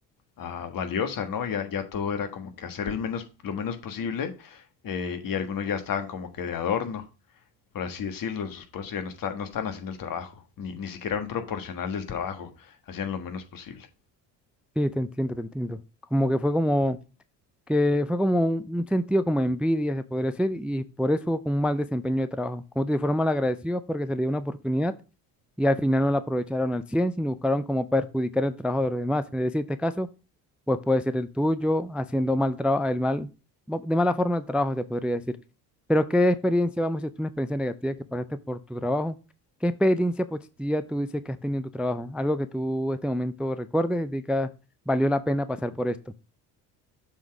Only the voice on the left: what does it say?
ah, valiosa, ¿no? Ya, ya todo era como que hacer el menos, lo menos posible eh, y algunos ya estaban como que de adorno, por así decirlo, en sus puestos ya no, está, no están haciendo el trabajo, ni, ni siquiera un proporcional del trabajo, hacían lo menos posible.